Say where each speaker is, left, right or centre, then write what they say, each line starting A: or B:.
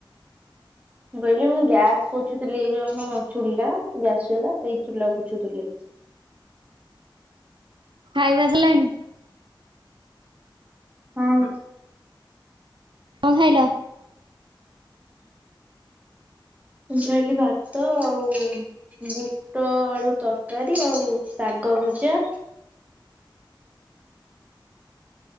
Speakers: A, on the right; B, on the right.
A: କହିଲି ମୁଁ ଗ୍ୟାସ ପୋଛୁଥିଲି ଏଇ ଯୁ ଆମ ଚୁଲା ଗ୍ୟାସ ଚୁଲା ସେଇ ଚୁଲା ପୋଛୁଥିଲ।
B: ଖାଇବା ହେଲାଣି।
A: ହଁ।
B: କ ଖାଇଲ।
A: ମୁଁ ଖାଇଲି ଭାତ ଆଉ ବୁଟ ଆଳୁ ତରକାରୀ ଆଉ ଶାଗ ଭଜା